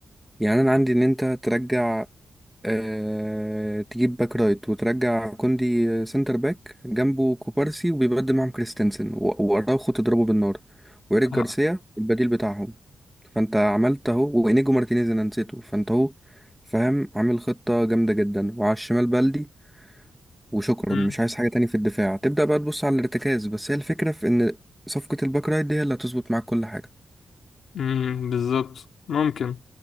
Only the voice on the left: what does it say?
اه
امم
أمم، بالظبط ممكن